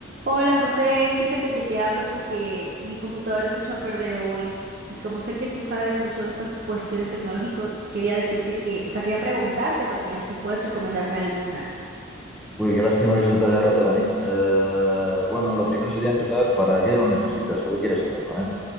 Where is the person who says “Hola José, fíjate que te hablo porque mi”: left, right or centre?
Right